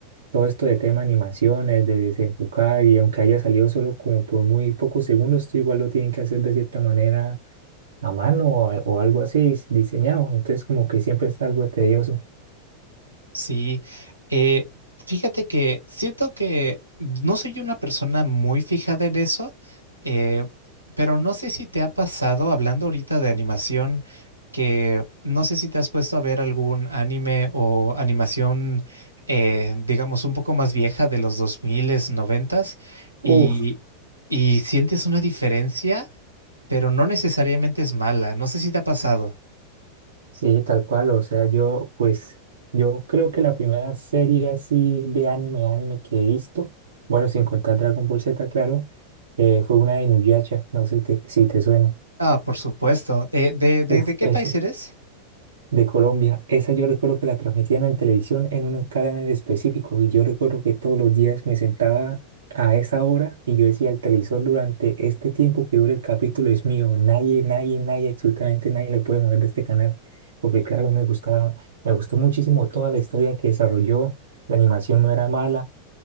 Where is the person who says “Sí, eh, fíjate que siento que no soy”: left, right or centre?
Right